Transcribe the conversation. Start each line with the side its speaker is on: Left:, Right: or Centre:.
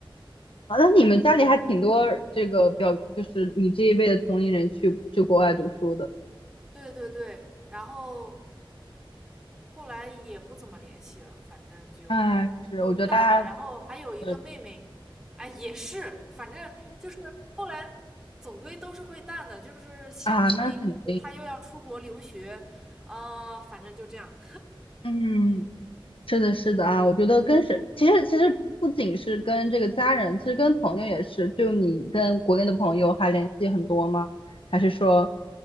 Left: 啊那你们家里还挺多这个表，就是你这一辈的同龄人去去国外读书的，
Centre: 对对对，然后后来也不怎么联系了，反正就就淡了。
Left: 哎，是，我觉得大家，
Centre: 然后还有一个妹妹，
Left: 对
Centre: 哎，也是，反正就是后来总归都是会淡的，就是相处了一阵子，
Left: 啊，那肯定，
Centre: 她又要出国留学，啊、反正就这样。
Left: 嗯，是的，是的啊，我觉得跟是，其实其实不仅是跟这个家人，其实跟朋友也是，就你跟国内的朋友还联系很多吗？还是说，